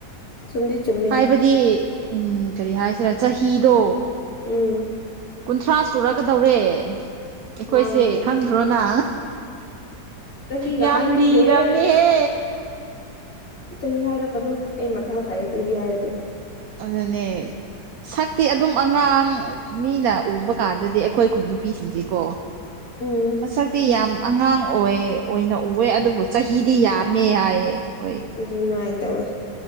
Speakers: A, on the left; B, on the right.
A: ꯆꯨꯝꯗꯤ ꯆꯨꯝ
B: ꯍꯥꯏꯕꯗꯤ ꯎꯝ ꯀꯔꯤ ꯍꯥꯏꯁꯤꯔꯥ ꯆꯍꯤꯗꯣ
A: ꯎꯝ
B: ꯀꯨꯟꯊ꯭ꯔꯥ ꯁꯨꯔꯀꯗꯧꯔꯦ ꯑꯩꯈꯣꯏꯁꯦ
A: ꯃꯥꯅꯤꯅꯦ
B: ꯈꯪꯗ꯭ꯔꯣꯅ
A: ꯆꯍꯤꯒ
B: ꯌꯥꯝ
A: ꯍꯥꯏꯅꯤꯡꯗꯦꯍꯦ
B: ꯂꯤꯔꯕꯅꯤꯍꯦ
A: ꯆꯍꯤ ꯍꯥꯏꯔꯛꯀꯥꯅꯨ ꯑꯩ ꯃꯊꯥ ꯁꯥꯏꯌꯦ ꯆꯍꯤ ꯍꯥꯏꯔꯗꯤ
B: ꯑꯗꯨꯅꯦ ꯁꯛꯇꯤ ꯑꯗꯨꯝ ꯑꯉꯥꯡ ꯃꯤꯅ ꯎꯕ ꯀꯥꯟꯗꯗꯤ ꯑꯩꯈꯣꯏ ꯈꯨꯟ ꯅꯨꯄꯤꯁꯤꯡꯁꯤꯀꯣ
A: ꯎꯝ
B: ꯃꯁꯛꯇꯤ ꯌꯥꯝ ꯑꯉꯥꯡ ꯑꯣꯏ ꯑꯣꯏꯅ ꯎꯋꯦ ꯑꯗꯨꯕꯨ ꯆꯍꯤꯗꯤ ꯌꯥꯝꯃꯦ ꯍꯥꯏ ꯑꯩꯈꯣꯏ
A: ꯑꯗꯨꯃꯥꯏꯅ ꯇꯧꯋꯦ